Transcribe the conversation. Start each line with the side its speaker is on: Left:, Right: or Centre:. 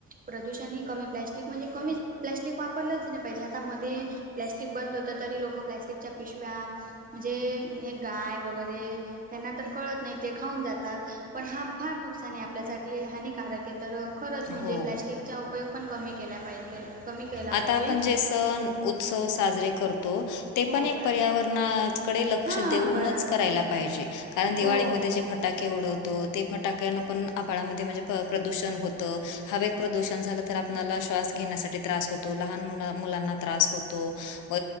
Right: प्रदूषण ही कमी, प्लॅस्टिक म्हणजे कमीच, प्लॅस्टिक वापरलंच नाही पाहिजे आता मध्ये प्लॅस्टिक बंद होत तरी, लोक प्लॅस्टिकच्या पिशव्या म्हणजे हे गाय वगैरे त्यांना तर कळत नाही ते खाऊन जातात पण, हा फार नुकसान आहे आपल्यासाठी हानिकारक आहे. तर खरंच, म्हणजे
Left: हो
Right: प्लॅस्टिकचा उपयोग पण कमी केला पाहिजे. कमी केला
Left: आता
Right: पाहिजे
Left: आपण जे सण उत्सव साजरे करतो. ते
Right: हो
Left: पण एक
Right: बराबर
Left: पर्यावरणाकडे लक्ष
Right: हा
Left: देऊनच
Right: बराबर
Left: करायला पाहिजे, कारण दिवाळीमध्ये
Right: हो
Left: जे फटाके उडवतो ते फटाक्याना पण आबाळामध्ये म्हणजे प्रदूषण होतं हव प्रदूषण झालं तर आपल्याला श्वास घेण्यासाठी त्रास होत. लहान मुलांना त्रास होतो व